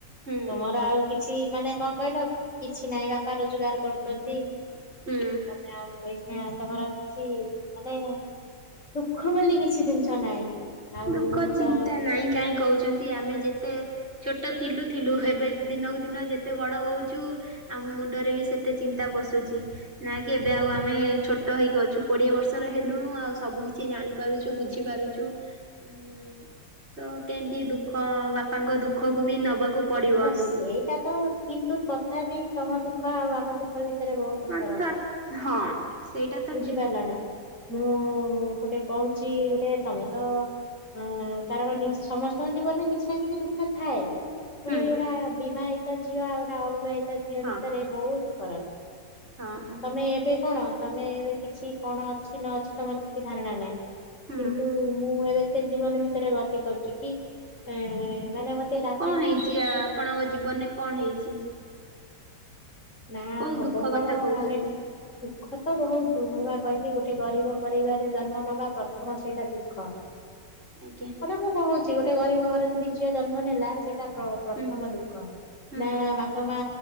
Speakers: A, on the right (about 35°); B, on the left (about 40°).
A: ହୁଁ
B: ତମର ଆଉ କିଛି ମାନେ କଣ କହିଲ, କିଛି ନାହିଁ ବାପା ରୋଜଗାର କରୁଛନ୍ତି।
A: ହୁଁ।
B: ତମେ ଆଉ ଏଇସିନା, ତମର ଆଉ କିଛି ମାନେ ଦୁଃଖ ବୋଲି କିଛି ଜିନିଷ ନାହିଁ। ଆଉ
A: ଦୁଃଖ
B: ମୁଁ
A: ଚିନ୍ତା
B: ତ
A: ନାହିଁ କାହିଁ କହୁଛନ୍ତି, ଆମେ ଯେତେ ଛୋଟ ଥିଲୁ ଥିଲୁ, ହେବେ ଦିନକୁ ଦିନ ଯେତେ ବଡ ହଉଛୁ ଆମ ମୁଣ୍ଡରେ ବି ସେତେ ଚିନ୍ତା ପଶୁଛି। ନା କି ଏବେ ଆଉ ଆମେ ଛୋଟ ହେଇକି ଅଛୁ, କୋଡିଏ ବର୍ଷର ହେଲୁଣୁ ଆଉ ସବୁ କିଛି ଜାଣି ପାରୁଛୁ ବୁଝି ପାରୁଛୁ। ଉଁ ତ କେମିତି ଦୁଃଖ, ବାପାଙ୍କ ଦୁଃଖକୁ ବି ନବାକୁ ପଡିବ
B: ହଁ
A: ଆମକୁ
B: ସେଇଟା ତ କିନ୍ତୁ ତଥାପି ତମ ଦୁଃଖ ଆଉ ଆମ ଦୁଃଖ ଭି ତରେ ବହୁତ
A: ହଁ
B: ଫରକ୍।
A: ହଁ ସେଇଟା ତ
B: ବୁଝିପାରିଲ
A: ଠିକ
B: ନା। ମୁଁ ଗୋଟେ କହୁଛି ଗୋଟେ ତମେ ତ ହଁ କାରଣ ନି ସମସ୍ତଙ୍କ ଜୀବନରେ କିଛି ନା କିଛି ଦୁଃଖ ଥାଏ। ପୁଣି
A: ହୁଁ
B: ବି ଗୋଟା ବିବାହିତ ଝିଅ ଆଉ ଗୋଟା ଅବିବାହିତ ଝିଅ
A: ହଁ
B: ଭିତରେ ବହୁତ ଫରକ।
A: ହଁ ହଁ
B: ତମେ ଏବେ କଣ ତମେ ଏବେ କିଛି କଣ ଅଛି ନ ଅଛି, ତମର କିଛି ଧାରଣା ନାହିଁ।
A: ହୁଁ
B: କିନ୍ତୁ ମୁଁ ଏବେ ସେ ଜୀବନ ଭିତରେ ଗତି କରୁଛି କି, ଏ ମାନେ ମତେ ରା
A: କଣ ହେଇଛି, ଆପଣଙ୍କ ଜୀବନରେ କଣ ହେଇଛି?
B: ନା
A: କୋଉ
B: ହବ
A: ଦୁଃଖ କଥା
B: କଣ
A: କହୁଛନ୍ତି?
B: ଆମେ ଦୁଃଖ ତ ବହୁତ, ମୁଁ ବା କହିଲି ଗୋଟେ ଗରିବ ପରିବାରରେ ଜନ୍ମ ନବା ପ୍ରଥମ ସେଇଟା ଦୁଃଖ।
A: ଆଜ୍ଞା।
B: ସେଇଟା ମୁଁ କହୁଛି ଗୋଟେ ଗରିବ ଘର ଯଦି ଝିଅ ଜନ୍ମ ନେଲା ସେଟା ପ୍ର-ପ୍ରଥମ
A: ହୁଁ
B: ଦୁଃଖ
A: ହୁଁ
B: ନା ବାପା ମା